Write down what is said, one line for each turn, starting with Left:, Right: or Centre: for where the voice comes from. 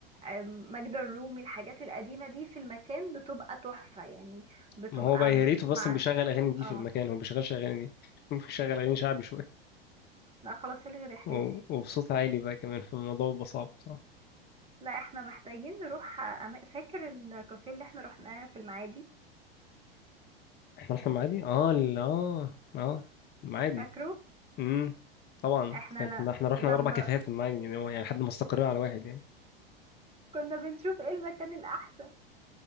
Right: أم، ماجدة الرومي الحاجات القديمه دي في المكان بتبقى تحفه يعني بتبقى
Left: ما هو بقى يا
Right: م-
Left: ريته
Right: مع
Left: بس بيشغل اغاني دي
Right: اه
Left: في المكان هو ما بيشغلش اغاني دي <laughs> بيشغل اغاني شعبي شويه
Right: لا خلاص الغي رحلتي
Left: و- وبصوت عالي بقى كمان فالموضوع بيبقى صعب بصراحة
Right: لا احنا محتاجين نروح أما- فاكر الكافيه اللي احنا رحناه في المعادي
Left: مرحب معادي اه لا اه اه معادي
Right: فاكره
Left: امم طبعا
Right: احنا
Left: كانت
Right: ل...
Left: احنا رحنا
Right: لما
Left: اربع كافيهات في المعادي يعني هو يعني لحد ما استقرينا على واحد يعني
Right: كنا بنشوف ايه المكان الاحسن